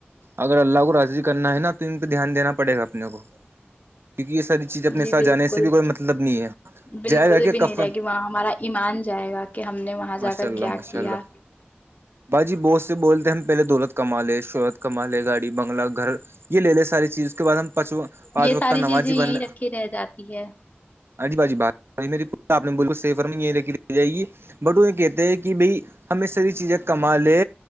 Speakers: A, on the right; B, on the left.
A: اگر اللہ کو راضی کرنا ہے نا تو ان پے دھیان دینا پڑے گا اپنے کو کیونکی یے ساری چیز اپنے
B: جی
A: ساتھ
B: بالکل
A: جانے سے بھی کوئی مطلب نہیں ہے
B: بالکل
A: جائے جا کے
B: بھی
A: کفن
B: نہیں رہے گی وہاں ہمارا ایمان جائے گا کہ ہم نے وہاں
A: ماشاء
B: جا کر
A: اللہ
B: کیا
A: ماشاء
B: کیا
A: اللہ باجی بہت سے بولتے ہیں ہم پہلے دولت کما لے شہرت کما لے گاڑی بنگلہ گھر یے لے لے سک ساری چیز اس کے بعد ہم پانچوا پانج
B: یہ
A: وقت
B: ساری چیزیں
A: نمازی
B: یہیں
A: بن
B: رکھی رہ جاتی ہے
A: ہاں جی باجی <unintelligible> بٹو یے کہتے ہیں کی بھائی ہم یے ساری چیزیں کما لے